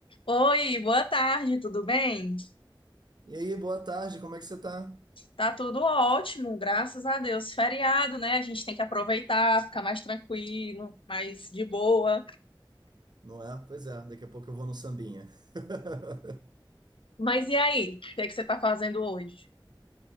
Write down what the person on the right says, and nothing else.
E aí, boa tarde, como é que você tá?
Não é? Pois é, daqui a pouco eu vou no sambinha. <laughs>